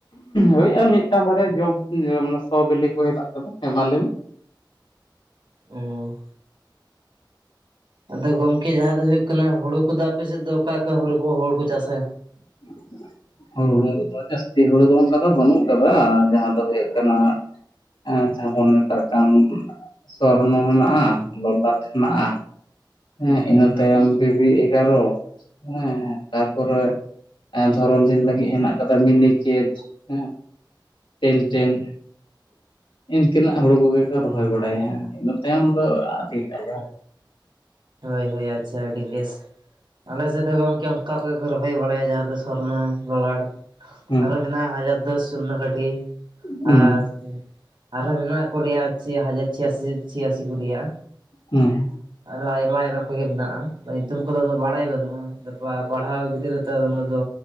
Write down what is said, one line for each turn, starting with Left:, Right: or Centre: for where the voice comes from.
Left: ᱦᱳᱭ ᱟᱨ ᱢᱤᱫᱴᱟᱝ ᱵᱟᱨᱭᱟ ᱡᱚᱢ ᱢᱟᱱᱮ ᱥᱚ ᱵᱤᱞᱤ ᱠᱚ ᱦᱮᱱᱟᱜ ᱠᱟᱫᱟ᱾ ᱦᱮᱸ ᱢᱟ ᱞᱟᱹᱭ ᱢᱮ᱾
Right: ᱚ᱾ ᱟᱫᱚ ᱜᱚᱝᱠᱮ ᱡᱟᱦᱟᱸ ᱫᱚ ᱦᱳᱭᱳᱜ ᱠᱟᱱᱟ ᱦᱳᱲᱩ ᱠᱚᱫᱚ ᱟᱯᱮᱥᱮᱫ ᱫᱚ ᱚᱠᱟ ᱚᱠᱟ ᱦᱩᱲᱩ ᱠᱚ, ᱦᱩᱲᱩ ᱠᱚ ᱪᱟᱥᱟ?
Left: <inaudible> ᱦᱩᱲᱩ ᱫᱚ, ᱡᱟᱹᱥᱛᱤ ᱦᱩᱲᱩ ᱫᱚ ᱝᱱᱠᱟ ᱫᱚ ᱵᱟᱹᱱᱩᱜ ᱠᱟᱫᱟ, ᱡᱟᱦᱟᱸ ᱫᱚ ᱦᱩᱭᱩᱜ ᱠᱟᱱᱟ ᱟᱨ ᱡᱟᱦᱟᱸᱵᱚᱱ ᱢᱮᱛᱟᱜ ᱠᱟᱱ ᱥᱚᱨᱱᱚ ᱦᱮᱱᱟᱜ-ᱟ, ᱞᱚᱞᱟᱴ ᱦᱮᱱᱟᱜ-ᱟ᱾ ᱦᱮᱸ ᱤᱱᱟᱹ ᱛᱟᱭᱚᱢ ᱵᱤᱵᱤ ᱮᱜᱟᱨᱚ, ᱦᱮᱸ ᱦᱮᱸ᱾ ᱛᱟᱨᱯᱚᱨᱮ ᱟᱨ ᱫᱷᱚᱨᱚᱢ ᱫᱤᱱ ᱞᱟᱹᱜᱤᱫ ᱦᱮᱱᱟᱜ ᱠᱟᱫᱟ ᱢᱤᱱᱤᱤᱠᱮᱴ, ᱦᱮᱸ ᱴᱮᱱ ᱴᱮᱱ᱾ ᱤᱱᱠᱟᱹᱱᱟᱜ ᱦᱩᱲᱩ ᱠᱚᱜᱮ ᱠᱚ ᱨᱚᱦᱚᱭ ᱵᱟᱲᱟᱭᱟ ᱤᱱᱟᱹ ᱛᱟᱭᱚᱢ ᱫᱚ ᱟᱹᱰᱤ ᱟᱹᱵᱤ
Right: ᱦᱳᱭ ᱦᱳᱭ ᱟᱪᱪᱷᱟ ᱟᱹᱰᱤ ᱵᱮᱥ, ᱟᱞᱮ ᱥᱮᱫ ᱫᱚ ᱜᱚᱝᱠᱮ ᱚᱝᱠᱟ ᱚᱠᱚᱭ ᱠᱚ ᱨᱚᱦᱚᱭ ᱵᱟᱲᱟᱭᱟ ᱡᱟᱦᱟᱸ ᱫᱚ ᱥᱚᱨᱱ, ᱞᱚᱞᱟᱲ
Left: ᱦᱩᱸ
Right: ᱟᱨᱚ ᱢᱮᱱᱟᱜ-ᱟ ᱦᱟᱡᱟᱨ ᱫᱚᱥ ᱥᱩᱱᱱᱚ ᱠᱟᱴᱷᱤ᱾
Left: ᱦᱩᱸ
Right: ᱟᱨ, ᱟᱨᱦᱚᱸ ᱢᱮᱱᱟᱜ ᱠᱚ ᱞᱟᱹᱭᱟ ᱪᱮ ᱦᱟᱡᱟᱨ ᱪᱷᱤᱭᱟᱥᱤ ᱪᱷᱤᱭᱟᱥᱤ ᱠᱚ ᱞᱟᱹᱭᱟ᱾
Left: ᱦᱩᱸ᱾
Right: ᱟᱨᱦᱚᱸ ᱟᱭᱢᱟ ᱟᱭᱢᱟ ᱠᱚᱜᱮ ᱢᱮᱱᱟᱜ-ᱟ᱾ ᱟᱫᱚ ᱧᱩᱛᱩᱢ ᱠᱚᱫᱚ ᱩᱱᱟᱹᱜ ᱵᱟᱲᱟᱭ ᱵᱟᱹᱱᱩᱜ-ᱟ᱾ ᱟᱫᱚ ᱯᱟᱲᱦᱟᱣ ᱜᱤᱫᱽᱨᱟᱹ ᱛᱚ ᱩᱱᱟᱹᱜ ᱫᱚ